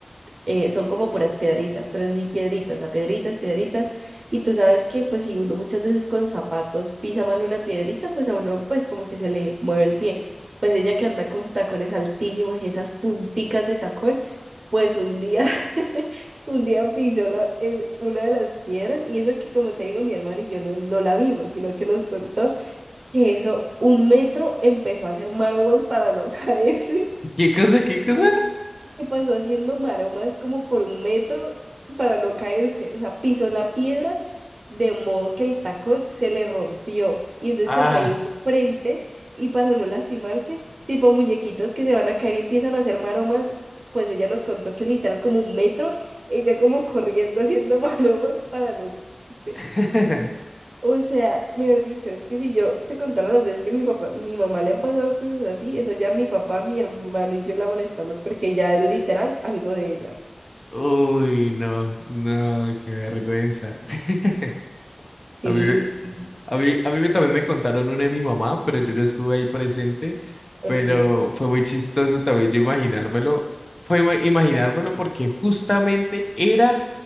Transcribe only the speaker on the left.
¿qué cosa, qué cosa?
Ah,
<laughs>
Uy, no, no, qué vergüenza. <laughs>
A mí,
a mí, a mí me- también me contaron una de mi mamá, pero yo no estuve ahí presente,
pero fue muy chistoso también yo imaginármelo. Fue ima- imaginármelo porque justamente era